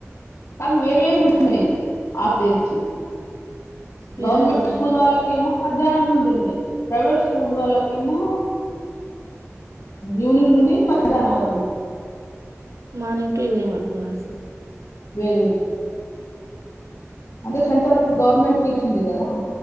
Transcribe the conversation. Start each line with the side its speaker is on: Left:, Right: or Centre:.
Left: అవ్ వేరువేరు పుట్టినయ్ అప్డేట్
Right: వేరు
Left: గవర్నమెంట్
Right: వేరుగా ఉన్నాయి
Left: స్కూల్ వాళ్ళకేమో మధ్యాహ్నం నుండి ఉంది. ప్రైవేట్ స్కూల్ వాళ్ళకేమో ఈవినింగ్ నుండి మధ్యాహ్నం వరకు ఉన్నాయ్
Right: మనేన్ ఈవనింగ్ వరకు ఉన్నారు సార్
Left: వేయించి అంటే సెంటర్ గవర్నమెంట్ కి ఇచ్చింది. కదా